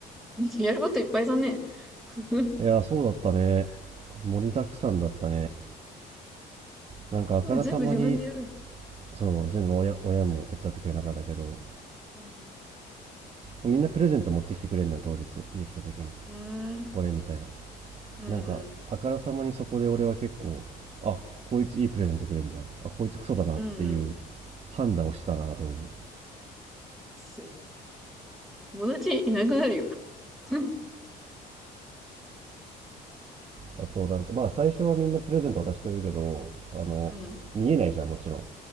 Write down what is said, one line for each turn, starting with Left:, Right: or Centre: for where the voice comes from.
Centre: <laughs> やることいっぱいだね。<laughs>
Right: いやーそうだったね盛りだくさんだったねなんかあからさまに
Centre: しかも全部自分でやる。
Right: そう全部親親も手伝ってくれながらだけど
Centre: うん。
Right: みんなプレゼント持ってきてくれるのよ当日家来た時に
Centre: うーん、
Right: これみたいな
Centre: うん、
Right: なんかあからさまにそこで俺は結構あこいついいプレゼントくれんじゃんあこいつクソだなっていう
Centre: うん、うん、うん。
Right: 判断をしてたな当時
Centre: す友達いなくなるよ。<laughs>
Right: あとなんかまあ最初はみんなプレゼント渡してくれるけどあの見えないじゃんもちろん
Centre: うん、